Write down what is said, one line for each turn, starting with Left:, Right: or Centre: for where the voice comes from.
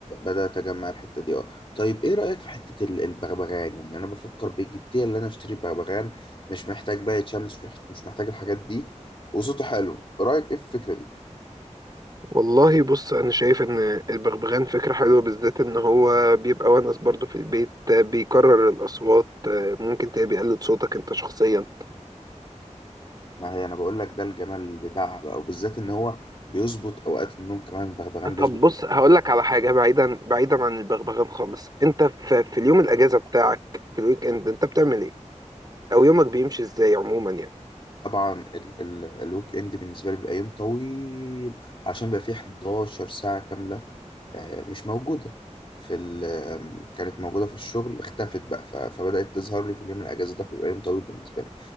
Left: بدأت أجمع الحتة دي اه طيب إيه رأيك في حتة ال- البغبغان يعني أنا بفكر بجدية اللي أنا أشتري بغبغان مش محتاج بقى شمس مش محت- مش محتاج الحاجات دي وصوته حلو رأيك إيه في الفكرة دي؟
Right: والله بص انا شايف ان البغبغان فكره حلوه بالذات ان هو بيبقى ونس برضه في البيت آه، بيكرر الاصوات آه، ممكن تلاقيه بيقلد صوتك انت شخصيا
Left: ما هي أنا بقول لك ده الجمال بتاعها بقى وبالذات إن هو بيظبط أوقات النوم كمان بغبغان بيظبط
Right: طب بص
Left: أوقات.
Right: هقول لك على حاجه بعيدا بعيدا عن البغبغان خالص انت في, في اليوم الاجازه بتاعك في الويك اند انت بتعمل ايه او يومك بيمشي ازاي عموما يعني
Left: طبعا ال ال الويك إند بالنسبة لي بيبقى يوم طويل عشان بيبقى فيه 11 ساعة كاملة آه، مش موجودة في ال... آم، كانت موجودة في الشغل اختفت بقى ف... فبدأت تظهر لي في اليوم الأجازة ده بيبقى يوم طويل بالنسبة لي